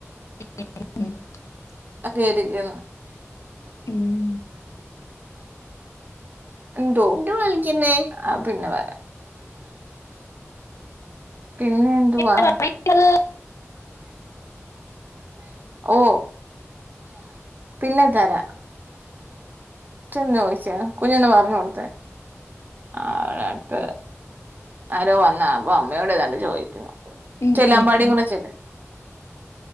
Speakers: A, on the left; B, on the right.
A: മ് മ് മ്
B: ആഹ് പേടിക്കുന്ന്
A: ഉം
B: എന്തോ ആഹ് പിന്നെ വരാം പിന്നെ എന്തുവാ
A: ഉം
B: ഓ പിന്നെ തരാം ച്ച് എന്ന് ചോദിച്ചേ കുഞ്ഞൊന്ന് പറഞ്ഞ് കൊടുത്തെ അവിടെ അടുത്ത് ആരോ വന്ന് അപ്പൊ അമ്മയോട് ഏതാണ്ട് ചോദിക്കുന്നു
A: ഉം
B: ചെല്ല്
A: ഉം
B: അമ്പാടിയും കൂടെ ചെല്ല്